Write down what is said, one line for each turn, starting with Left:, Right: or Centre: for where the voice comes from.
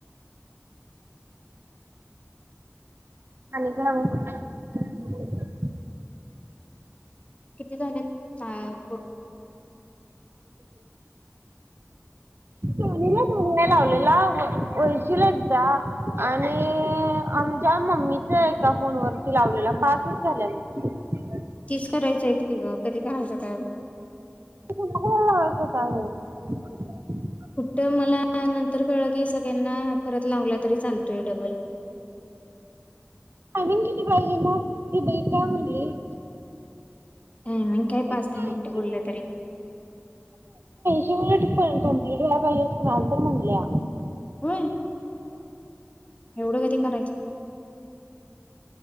Right: आणि गाव <unintelligible>
Left: किती झाले आ पूर्ण
Right: सोनीला दोनवेळा लावलेला वळ वळशील एकदा आणि आमच्या मम्मीच एका फोन वरती लावलेला पाचच झाल्याने
Left: तीस करायचीत किग कधी <unintelligible> काय?
Right: <unintelligible>
Left: कुठ मला नंतर कळल की सगळ्यांना परत लावला तरी चालतोय डबल
Right: वून किती पाहिजे मग त बई काय म्हणली
Left: ह मी काय पाच
Right: एकशे
Left: दहा मिनिटं
Right: ऐंशी
Left: बोललो
Right: मिनिट
Left: तरी
Right: <unintelligible>
Left: होय एवढ कधी करायच.